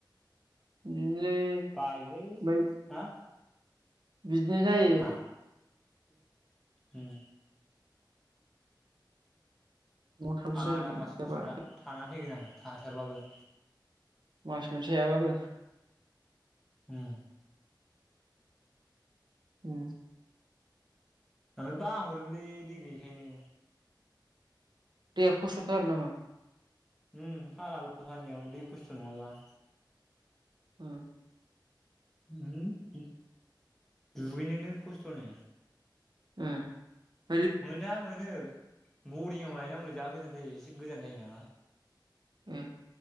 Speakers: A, on the right; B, in the centre.
A: बिदिनोलै
B: बायोलै
A: ओमफ्राय
B: हा-
A: बिदिनो जायो
B: मा उम
A: न'आव थाबसो
B: आदा
A: जायो
B: मास
A: जाबा
B: मोनसोर थानानै फैगोन आं थाथारबाबो
A: मास मोनसे हायाबाबो
B: उम
A: उम
B: आङो दा हरलै दै गैयिखायनो
A: दैया खसुथार नामा
B: उम फालाबो फानियाव दै खस्थ' नङाबा
A: ओ
B: हम दुगैनोनो खस्थ' नो
A: उम
B: मोनना मोनो बरिंआव लायनांगौनो जा गोजान जायो एसे गोजान जायो नामा
A: उम